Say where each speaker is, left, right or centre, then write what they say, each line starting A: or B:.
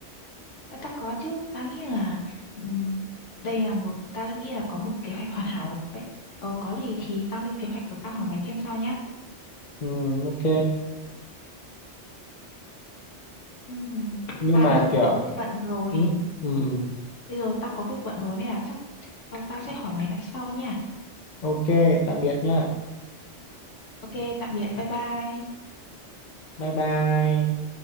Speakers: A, on the left; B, on the left.
A: đã ta có chứ ta nghĩ là ừm, đây là một ta nghĩ là có một kế hoạch hoàn hảo rồi đấy ờ, có gì thì tao lên kế hoạch và tao hỏi mày thêm sau nhá
B: ừ, ok
A: Ừm.
B: nhưng
A: à
B: mà
A: bây giờ
B: kiểu
A: tao có việc bận rồi
B: ừ, ừ, ừ.
A: Bây giờ tao có việc bận rồi nên là chắc tao, tao sẽ hỏi mày lại sau nha.
B: ok tạm biệt nhá
A: Ok, tạm biệt, bye bye.
B: bye bye